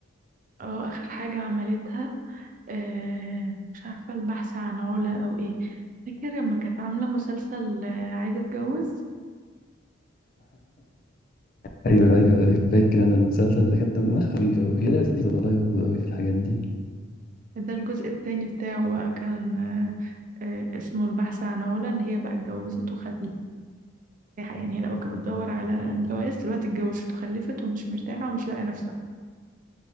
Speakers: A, on the right (about 40°); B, on the left (about 45°).
A: اه آخر حاجة عملتها آه، مش عارفة البحث عن علا أو إيه فاكر لما كانت عاملة مسلسل آه، عايزة أتجوز
B: ايوه ايوه أيوة، فاكر انا المسلسل ده كان دمها خفيف قوي هي لذيذه والله برضه قوي في الحاجات دي
A: ده الجزء التاني بتاعه بقى كان آه، آه، اسمه البحث عن علا إن هي بقى اتجوزت وخلفت يعني هي لو كانت بتدور على الجواز دلوقتي اتجوزت وخلفت ومش مرتاحة ومش لاقية نفسها